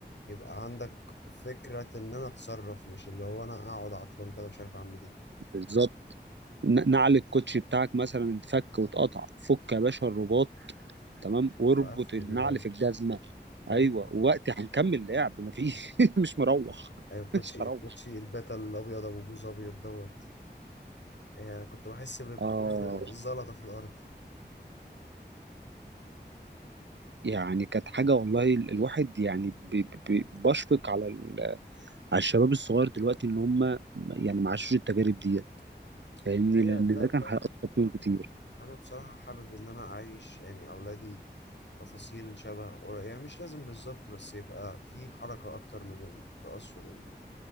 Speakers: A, on the left (about 75°); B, on the right (about 85°).
A: يبقى عندك فكرة إن أنا أتصرف مش اللي هو أنا أقعد عطلان كده مش عارف أعمل إيه
B: بالظبط ن- نعل الكوتشي بتاعك مثلا اتفك واتقطع فك يا باشا الرباط تمام واربط
A: وأقفل
B: النعل
A: يلا
B: في الجزمه
A: أيوة
B: ايوه وقت هنكمل لعب مفيش <laughs> مش مروح
A: أيوة
B: <laughs>
A: الكوتشي
B: مش هروح
A: الكوتشي الباتا الأبيض أبو بوز أبيض دوت يعني كنت بحس ب-
B: اه
A: بكل زلطة في الأرض
B: يعني كانت حاجه والله ال- الواحد يعني ب- ب- بشفق على ال- على الشباب الصغير دلوقتي ان هم يعني ما عاشوش التجارب ديت فاهمني
A: وهي
B: لان
A: ده
B: ده كان
A: ده
B: هيأثر فيهم كتير
A: أنا بصراحة حابب إن أنا أعيش يعني أولادي تفاصيل شبه قريب يعني مش لازم بالظبط بس يبقى في حركة أكتر من التأثر